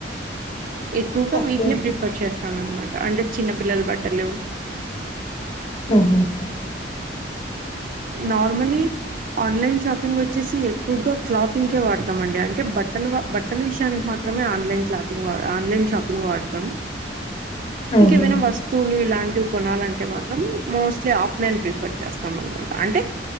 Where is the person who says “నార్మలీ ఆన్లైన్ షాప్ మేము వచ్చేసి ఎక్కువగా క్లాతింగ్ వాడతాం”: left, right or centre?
Right